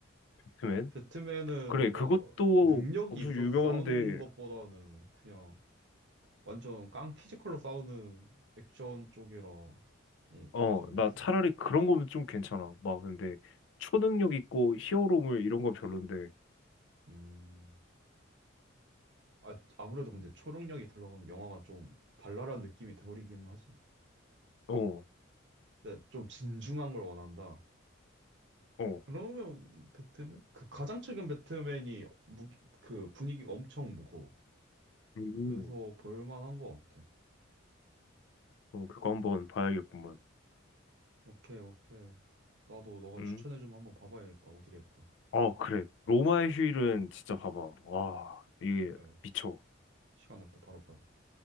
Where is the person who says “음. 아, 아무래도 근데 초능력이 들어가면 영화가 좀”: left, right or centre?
Right